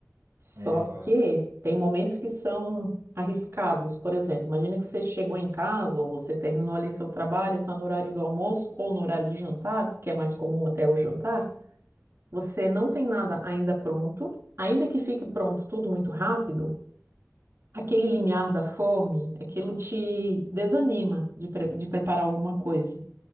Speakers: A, on the right; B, on the right.
A: Só
B: é, então é.
A: que tem momentos que são arriscados. Por exemplo, imagina que você chegou em casa ou você terminou ali seu trabalho, está no horário do almoço ou no horário do jantar, que é mais comum até o jantar. Você não tem nada ainda pronto, ainda que fique pronto tudo muito rápido, aquele limiar da fome, aquilo te desanima de, pre- de preparar alguma coisa.